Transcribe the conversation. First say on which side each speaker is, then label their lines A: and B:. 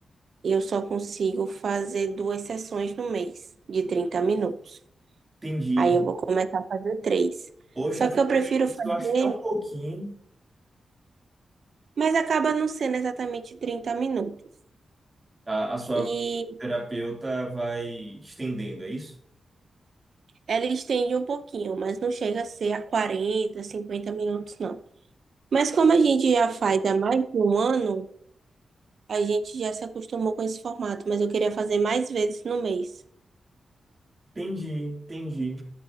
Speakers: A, on the right (about 65°); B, on the right (about 25°).
A: eu só consigo fazer duas sessões no mês, de 30 minutos.
B: entendi.
A: Aí eu vou começar a fazer três.
B: Poxa,
A: Só que
B: 30
A: eu prefiro
B: minutos
A: fazer.
B: eu acho tão pouquinho.
A: Mas acaba não sendo exatamente 30 minutos.
B: A, a sua
A: E
B: terapeuta vai estendendo, é isso?
A: ela estende um pouquinho, mas não chega a ser a 40, 50 minutos, não. Mas como a gente já faz há mais de um ano, a gente já se acostumou com esse formato, mas eu queria fazer mais vezes no mês.
B: Entendi, entendi.